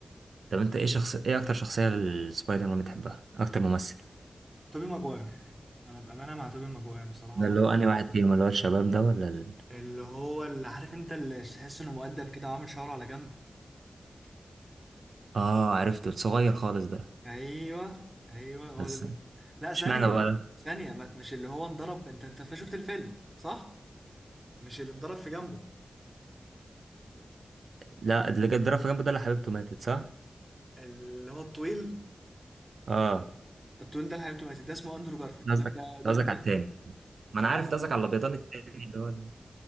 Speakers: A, on the right; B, on the right.
A: طب انت ايه شخص ايه اكتر شخصيه للسبايدر مان بتحبها اكتر ممثل
B: توبي ماجواير انا بامانه مع توبي ماجواير بصراحه
A: ده
B: هو
A: اللي هو أنهي واحد فيهم اللي هو الشباب ده ولا ال...
B: اللي هو اللي عارف انت اللي تحس انه مؤدب كده وعامل شعره على جنب
A: آه عرفته الصغير خالص ده
B: ايوه ايوه هو
A: بس
B: ده لا لا، ثانيه
A: اشمعنى بقى ده؟
B: ثانيه ما- مش اللي هو انضرب انت انت شفت الفيلم صح مش اللي انضرب في جنبه
A: لا اللي كان ضرب في جنبه ده اللي حبيبته ماتت صح؟
B: اللي هو الطويل
A: آه
B: الطويل ده الحقيقة ماتت ده اسمه اندرو جارفيلد
A: ده قصدك
B: لا ده ده
A: ده قصدك
B: فكك
A: على
B: منه
A: التاني ما أنا
B: انا
A: عارف
B: قصدي
A: ده قصدك على الأبيضان التاني اللي هو ال-